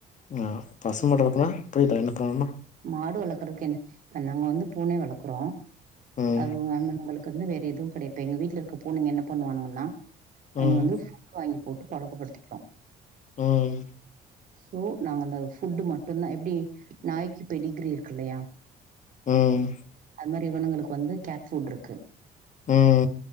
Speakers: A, on the left; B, on the right.
A: ஆ பசு மாடு வளக்குனா புரில என்ன பண்ணனுனா
B: மாடு வளக்குறக்கு என்ன இப்ப நாங்க வந்து பூனை வளக்கறோ
A: ம்
B: அவுங்கன்னகளுக் வந்து வேற எதுவு கெடையா இப்ப எங்க வீட்ல இருக்க பூனைங்க என்ன பண்ணுவானுங்கன்னா அவிங்க
A: ம்
B: வந்து வாங்கி போட்டு பழக்கப்படுத்திட்டோ
A: ம்
B: சோ நாங்க அந்த ஃபுட்டு மட்டுநாதா எப்டி நாய்க்கு பெடிகிரி இருக்கு இல்லயா
A: ம்
B: அது மாரி இவுனுங்களுக்கு வந்து கேட் செண்ட் இருக்கு
A: உம்